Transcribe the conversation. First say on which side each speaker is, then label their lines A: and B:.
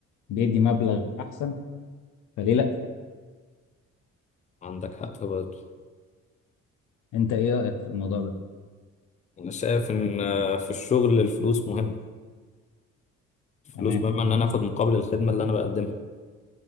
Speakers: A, on the left; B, on the left.
A: بيدي مبلغ احسن فليه لا
B: عندك حق برضه
A: انت ايه رايك في الموضوع ده
B: انا شايف ان آه، في الشغل الفلوس مهمه الفلوس
A: تمام
B: مهمه ان انا اخد مقابل الخدمه اللي انا بقدمها